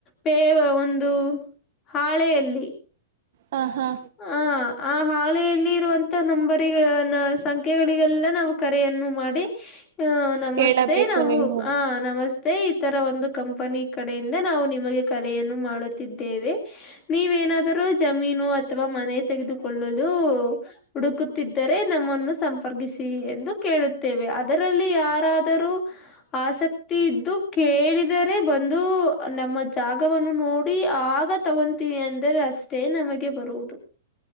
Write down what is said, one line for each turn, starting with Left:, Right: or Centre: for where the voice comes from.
Left: ಪೇವ ಒಂದು ಹಾಳೆಯಲ್ಲಿ
Right: ಹ ಹಾ
Left: ಹ ಆ ಹಾಲೆಯಲ್ಲಿ ಇರುವಂತ ನಂಬರಿಗಳ ಸಂ ಗಳಿಗೆಲ್ಲ ನಾವು ಕರೆಯನ್ನು ಮಾಡಿ ಆ ನಮಸ್ತೆ
Right: ಕೇಳಬೇಕು
Left: ನಾವು
Right: ನೀವು
Left: ಹ ನಮಸ್ತೆ ಇತರ ಒಂದು ಕಂಪನಿ ಕಡೆಯಿಂದ ನಾವು ನಿಮಗೆ ಕಲೆಯನ್ನು ಮಾಡುತ್ತಿದ್ದೇವೆ ನೀವ ಏನಾದರೂ ಜಮೀನು ಅಥವಾ ಮನೆ ತೆಗೆದುಕೊಳ್ಳಲು ಹುಡುಕುತ್ತಿದ್ದರೆ ನಮ್ಮನ್ನು ಸಂಪರ್ಕಿಸಿ ಎಂದು ಕೇಳುತ್ತೇವೆ ಅದರಲ್ಲಿ ಯಾರಾದರೂ ಆಸಕ್ತಿ ಇದ್ದು ಕೇಳಿದರೆ ಬಂದು ನಮ್ಮ ಜಾಗವನ್ನು ನೋಡಿ ಆಗ ತಗೊತೀನಿ ಅಂದ್ರೆ ಅಷ್ಟೇ ನಮಗೆ ಬರುದು